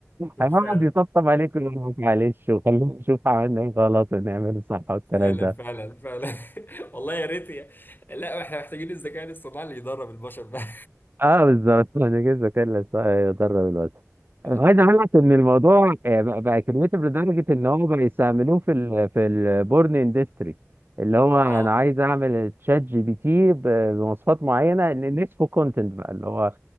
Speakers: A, on the right; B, on the left.
A: هيقعد
B: فعلا
A: يطبطب عليك ويقول لك معلش وخلينا نشوف عملنا ايه غلط ونعمله صح والكلام
B: فعلا
A: ده
B: فعلا فعلا <laughs> والله يا ريت يا. لا احنا محتاجين الذكاء الاصطناعي اللي يدرب البشر ده <laughs>
A: اه بالظبط <laughs> انا جيت بكلم صح يضرب الواد انا
B: اه
A: عايز اقول لك ان الموضوع آه، بقى بقى كريتيف لدرجه ان هو بقى يستعملوه في ال في البورن اندستري اللي هو انا
B: اه
A: عايز اعمل تشات جي بي تي ب- بمواصفات معينه ان نسفه كونتنت بقى اللي هو